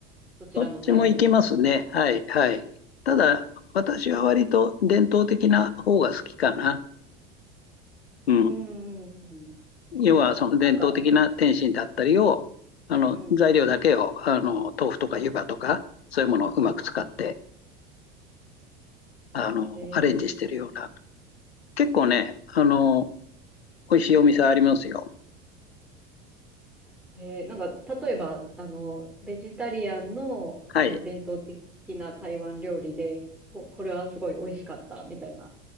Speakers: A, in the centre; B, on the left.
A: どちらのタイプにも。
B: どっちもいけますね。はい、はい。ただ、私は割と伝統的な方が好きかな。うん。
A: うん、うんうん。
B: 要は、その伝統的な点心だったりを、
A: なんか、
B: あの、
A: うん。
B: 材料だけを、あの、豆腐とか湯葉とか、そういうものをうまく使って、あの、
A: え
B: アレンジしてるような。結構ね、あの、美味しいお店ありますよ。
A: ー、えーなんか、例えば、あの、ベジタリアンの、
B: はい。
A: その伝統的な台湾料理で、こ、これはすごい美味しかったみたいな